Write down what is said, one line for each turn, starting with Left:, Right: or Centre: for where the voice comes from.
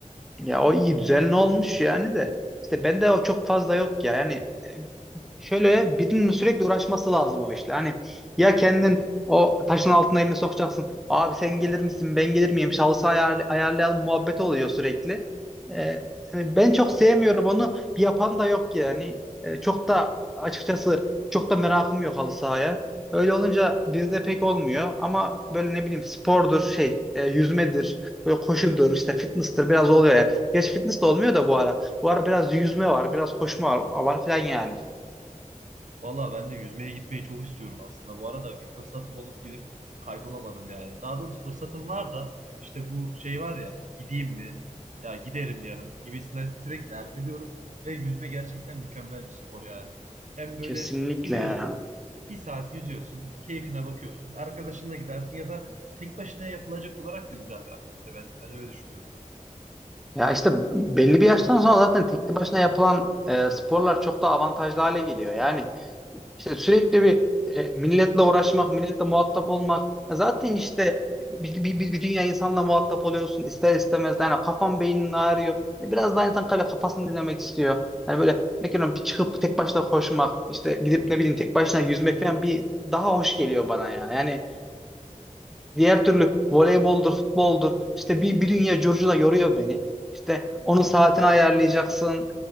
Centre: Ya o iyi düzenli olmuş yani de. İşte bende o çok fazla yok ya. Yani şöyle birinin sürekli uğraşması lazım o işle. Hani ya kendin o taşın altına elini sokacaksın. Abi sen gelir misin? Ben gelir miyim? Şahsı ayar, ayarlayalım muhabbet oluyor sürekli. Ee, hani ben çok sevmiyorum onu. Bir yapan da yok yani. Ee, çok da açıkçası çok da merakım yok halı sahaya. Öyle olunca bizde pek olmuyor ama böyle ne bileyim spordur şey e, yüzmedir böyle koşudur işte fitness'tır biraz oluyor yani. Gerçi fitness de olmuyor da bu ara. Bu ara biraz yüzme var, biraz koşma var, var falan yani.
Right: Valla ben de yüzmeye gitmeyi çok istiyorum aslında. Bu arada bir fırsatım olup gidip kaydolamadım yani. Daha doğrusu fırsatım var da işte bu şey var ya gideyim mi? Ya giderim yarın gibisinden sürekli erteliyorum. Ve yüzme gerçekten mükemmel bir spor yani. Hem böyle
Centre: Kesinlikle
Right: gidiyorsun
Centre: ya.
Right: bir saat yüzüyorsun keyfine bakıyorsun. Arkadaşınla gidersin ya da tek başına yapılacak olarak da güzel bir aktivite ben, ben öyle düşünüyorum.
Centre: Ya işte belli bir yaştan sonra zaten tekli başına yapılan e, sporlar çok daha avantajlı hale geliyor. Yani işte sürekli bir e, milletle uğraşmak, milletle muhatap olmak. Ya zaten işte bir, bir, bir, bir dünya insanla muhatap oluyorsun ister istemez. Yani kafan beynin ağrıyor. Yani Biraz daha insan kale kafasını dinlemek istiyor. Yani böyle ne bileyim bir çıkıp tek başına koşmak, işte gidip ne bileyim tek başına yüzmek falan bir daha hoş geliyor bana ya. Yani Diğer türlü voleyboldur, futboldur. İşte bir, bir dünya curcuna yoruyor beni. İşte onun saatini ayarlayacaksın.